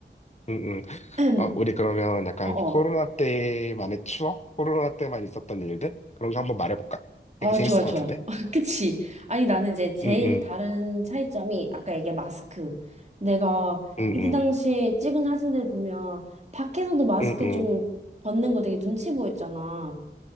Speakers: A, on the left (about 35°); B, on the right (about 40°).
A: 응응
B: <clears throat>
A: 아, 우리 그러면 약간
B: 어, 어,
A: 코로나 때만의 추억? 코로나 때만 있었던 일들? 그런 거 한번 말해볼까?
B: 어,
A: 되게 재밌을
B: 좋아,
A: 것
B: 좋아.
A: 같은데?
B: <laughs> 그치. 아니, 나는 이제 제일
A: 응응,
B: 다른 차이점이 아까 얘기한 마스크. 내가
A: 응응,
B: 이때 당시에 찍은 사진들 보면 밖에서도 마스크
A: 응응.
B: 좀 벗는 거 되게 눈치 보였잖아.